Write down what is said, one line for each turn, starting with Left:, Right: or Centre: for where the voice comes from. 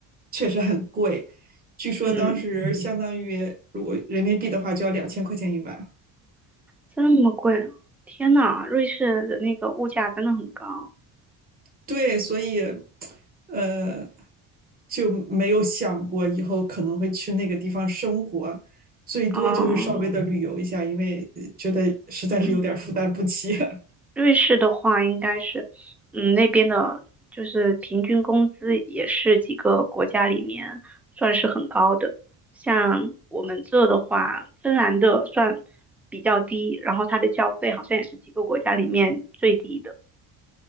Right: 确实很贵。据说当时相当于如果人民币的话，
Centre: 嗯，
Right: 就要两千块钱一晚。
Centre: 这么贵啊天呐，瑞士的那个物价真的很高
Right: 对，所以呃就没有想过以后可能会去那个地方生活，最多就是稍微的旅游一下，
Centre: 啊。哦
Right: 因为呃觉得实在是有点负担不起。
Centre: 嗯。
Right: <laughs>
Centre: 瑞士的话，应该是，嗯，那边的就是平均工资也是几个国家里面算是很高的。像我们这的话，芬兰的算比较低，然后它的消费好像也是几个国家里面最低的。